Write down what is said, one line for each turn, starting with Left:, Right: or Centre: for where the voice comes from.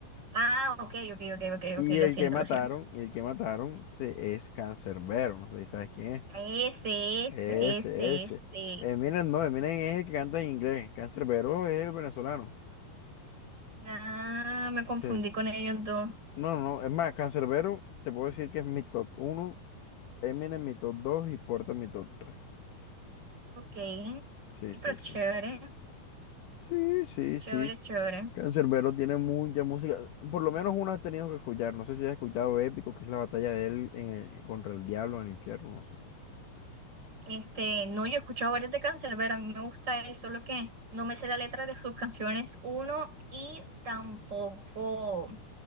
Right: Ah, ok, ok, ok, ok,
Left: Y
Right: ok,
Left: el
Right: lo siento,
Left: que mataron,
Right: lo siento.
Left: y el que mataron sí, es Cancerbero, no sé si sabes quién es.
Right: Ese,
Left: Ese,
Right: ese, ese,
Left: ese.
Right: ese.
Left: Eminem no, Eminem es el que canta en inglés. Cancerbero es el venezolano.
Right: Ah, me confundí
Left: Sí.
Right: con ellos dos.
Left: No, no, no, es más, Cancerbero, te puedo decir que es mi top uno Eminem mi top 2 y Porta mi top 3.
Right: Ok.
Left: Sí,
Right: Y
Left: sí,
Right: pero chévere,
Left: sí. Sí, sí,
Right: chévere,
Left: sí.
Right: chévere.
Left: Canserbero tiene mucha música. Por lo menos una has tenido que escuchar. No sé si has escuchado Épico, que es la batalla de él en- contra el diablo en el infierno, no sé.
Right: Este, no, yo he escuchado varias de Canserbero, a mí me gusta él, solo que no me sé la letra de sus <laughs> canciones, uno, y tampoco,